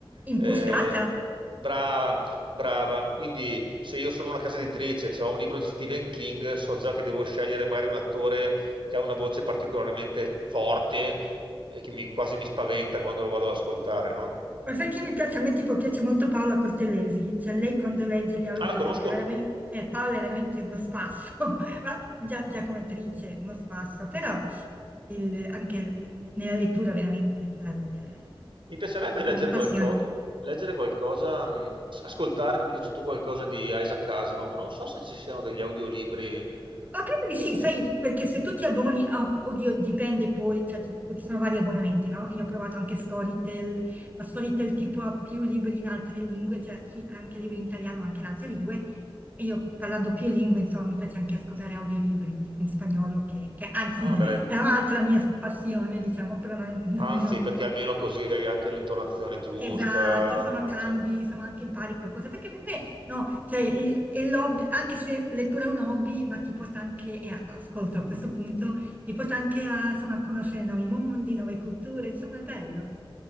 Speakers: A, on the right; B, on the right.
A: impostata
B: eh, brava. Brava, quindi se io sono una casa editrice e ho un libro di Stephen King, so già che devo scegliere magari un attore che ha una voce particolarmente forte e che mi- quasi mi spaventa quando lo vado ad ascoltare, no?
A: Ma sai che mi piace? A me tipo piace molto Paola Costellesi, cioè lei quando legge gli audiolibri,
B: Ah, la conosco.
A: è veramente, eh, Paola è veramente uno spasso, <laughs> ma già, già come attrice uno spasso, però il- anche nella lettura veramente, cioè, il-
B: Mi piacerebbe
A: un
B: leggere,
A: passione.
B: qualco- leggere qualcosa, mh, ascoltare, come dici tu, qualcosa di Isaac Asimov. Non so se ci siano degli audiolibri.
A: Ah, credo di
B: eh,
A: sì, sai, perché se tu ti abboni, a- oddio, dipende poi, cioè ti dico, ci sono vari abbonamenti, no? Io ho provato anche Storytel, ma Storytel tipo ha più libri in altre lingue, cioè sì, ha anche libri in italiano, ma anche in altre lingue, e io parlando più lingue, insomma, mi piace anche ascoltare audiolibri tipo in spagnolo, che, che anzi
B: ah, una bella-
A: <laughs> è un'altra mia passione, diciamo, però non, <laughs>
B: Anzi,
A: non-
B: perché almeno così hai anche l'intonazione giusta.
A: Esatto, insomma
B: eh,
A: cambi,
B: cioè.
A: insomma anche impari qualcosa, perché per me no, cioè il- è l'hobby, anche se lettura è un hobby, ma ti porta anche, e a- ascolto a questo punto, ti porta anche a, insomma, a conoscere nuovi mondi, nuove culture, insomma è bello.